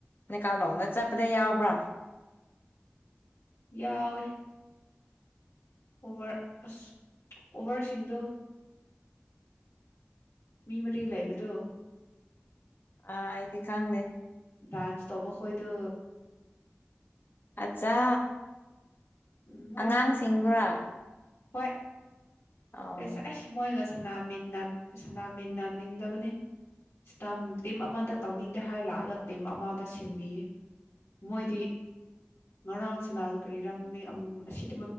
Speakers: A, on the left; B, on the left.
A: ꯅꯤꯀꯥꯂꯣꯡꯗ ꯆꯠꯄꯥꯗ ꯌꯥꯎꯕ꯭ꯔꯥ
B: ꯌꯥꯎꯏ ꯑꯣꯚ꯭ꯔ ꯑꯁ ꯑꯣꯚ꯭ꯔꯁꯤꯡꯗꯣ ꯃꯤ ꯃꯔꯤ ꯂꯩꯕꯗꯣ
A: ꯑ ꯑꯩꯗꯤ ꯈꯪꯗꯦ
B: ꯗꯥꯟꯁ ꯇꯧꯕ ꯈꯣꯏꯗꯣ
A: ꯑꯠꯆꯥ
B: ꯎꯝ ꯃꯣꯏꯗꯣ
A: ꯑꯉꯥꯡꯁꯤꯡꯗꯨꯔꯥ
B: ꯍꯣꯏ
A: ꯑꯣ
B: ꯁ ꯑꯩꯁ ꯃꯣꯏꯅ ꯁꯅꯥꯃꯤꯟꯅ ꯁꯅꯥꯃꯤꯟꯅꯅꯥꯅꯤꯡꯗꯕꯅꯤ ꯏꯁꯇ ꯇꯤꯝ ꯑꯃꯗ ꯇꯧꯅꯤꯡꯗꯦ ꯍꯥꯏꯔ ꯂꯥꯛꯑꯒ ꯇꯤꯝ ꯑꯃꯗ ꯁꯦꯝꯕꯤꯌꯦ ꯃꯣꯏꯗꯤ ꯉꯔꯥꯡ ꯁꯅꯥꯗ ꯀꯔꯤꯔꯥ ꯃꯃꯤꯡ ꯑꯁꯤꯗ